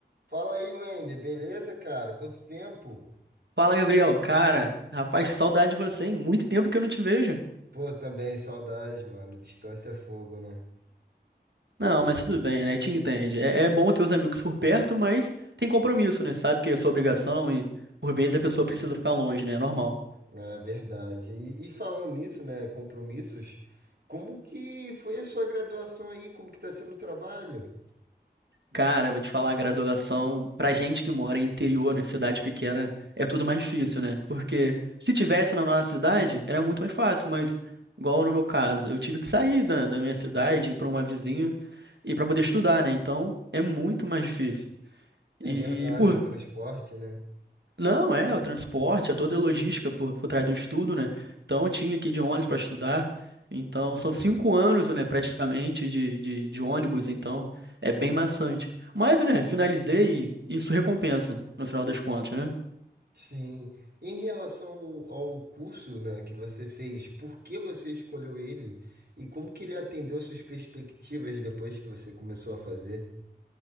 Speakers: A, on the right; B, on the right.
A: Fala aí, Wender, beleza, cara? Quanto tempo?
B: Fala, Gabriel. Cara, rapaz, saudade de você, hein? Muito tempo que eu não te vejo.
A: Pô, também saudade, mano. Distância é fogo, né?
B: Não, mas tudo bem, né? Te entende. É, é bom ter os amigos por perto, mas tem compromisso, né? Sabe que é sua obrigação e por vezes a pessoa precisa ficar longe, né? É normal.
A: É verdade. E, e falando nisso, né? Compromissos. Como que foi a sua graduação aí? Como que tá sendo o trabalho?
B: Cara, vou te falar, a graduação, pra gente que mora em interior, né, cidade pequena, é tudo mais difícil, né? Porque se tivesse na nossa cidade, era muito mais fácil, mas igual no meu caso, eu tive que sair da, da minha cidade para uma vizinha e para poder estudar, né? Então, é muito mais difícil.
A: É
B: E
A: verdade,
B: por
A: o transporte, né?
B: Não, é, o transporte, é toda a logística por, por trás do estudo, né? Então, eu tinha que ir de ônibus para estudar. Então, são cinco anos, né, praticamente, de, de, de ônibus. Então, é bem maçante. Mas, né, finalizei e isso recompensa, no final das contas, né?
A: Sim. Em relação ao ao curso, né, que você fez, por que você escolheu ele? E como que ele atendeu suas perspectivas depois que você começou a fazer?